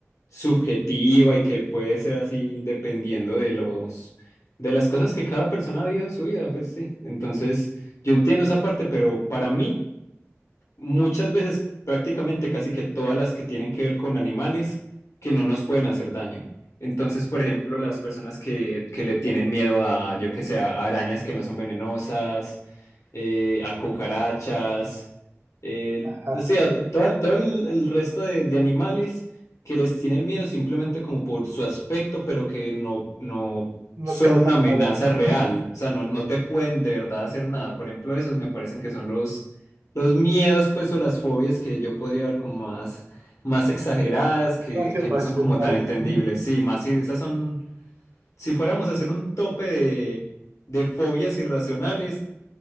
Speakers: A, on the left (about 80°); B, on the right (about 65°).
A: subjetiva y que puede ser así dependiendo de los de las cosas que cada persona ha vivido en su vida, pues sí. Entonces, yo entiendo esa parte, pero para mí muchas veces, prácticamente casi que todas las que tienen que ver con animales que no nos pueden hacer daño. Entonces, por ejemplo, las personas que, que le tienen miedo a, yo que sé, a arañas que no son venenosas, eh, a cucarachas, eh,
B: Ajá,
A: o sea, todo, el- todo el, el resto de, de animales que les tienen miedo simplemente como por su aspecto, pero que no, no
B: no
A: son
B: causa
A: una amenaza
B: nada, ¿no?
A: real. O sea, no, no te pueden de verdad hacer nada. Por ejemplo, esos me parecen que son los los miedos, pues, o las fobias que yo podría ver como más, más exageradas, que,
B: No hace
A: que
B: racional,
A: no son como tan entendibles.
B: ¿no?
A: Sí, más si esas son, si fuéramos a hacer un tope de, de fobias irracionales,